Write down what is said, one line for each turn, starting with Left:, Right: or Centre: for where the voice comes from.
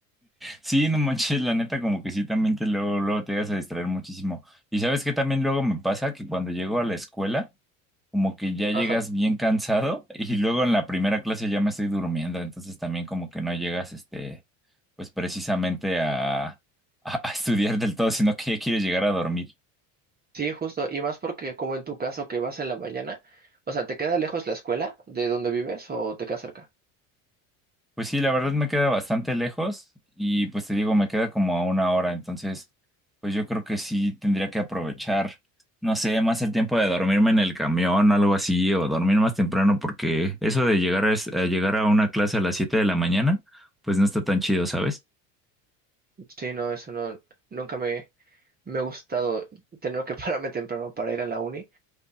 Centre: Sí, no manches, la neta, como que sí, también te luego, luego te llegas a distraer muchísimo. Y sabes que también luego me pasa que cuando llego a la escuela, como que ya llegas
Right: Ajá.
Centre: bien cansado <laughs> y luego en la primera clase ya me estoy durmiendo, entonces también como que no llegas, este, pues precisamente a, a, a estudiar del todo, sino que ya quieres llegar a dormir.
Right: Sí, justo, y más porque como en tu caso que vas en la mañana, o sea, ¿te queda lejos la escuela de donde vives o te queda cerca?
Centre: Pues sí, la verdad me queda bastante lejos y pues te digo, me queda como a una hora, entonces pues yo creo que sí tendría que aprovechar, no sé, más el tiempo de dormirme en el camión o algo así, o dormir más temprano porque eso de llegar a, es- a llegar a una clase a las 7 de la mañana, pues no está tan chido, ¿sabes?
Right: Sí, no, eso no, nunca me, me ha gustado tener que <laughs> pararme temprano para ir a la uni,